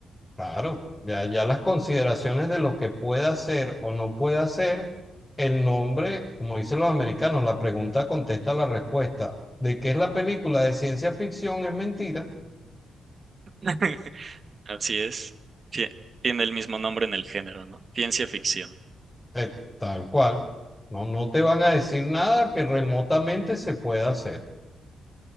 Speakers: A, on the left (about 15°); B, on the right (about 45°).
A: Claro, ya, ya las consideraciones de lo que pueda hacer o no pueda hacer, el nombre, como dicen los americanos, la pregunta contesta la respuesta. ¿De qué es la película de ciencia ficción? Es mentira.
B: <laughs> Así es. Tie- Tiene el mismo nombre en el género, ¿no? Ciencia ficción.
A: Eh, tal cual. No, no te van a decir nada que remotamente se pueda hacer.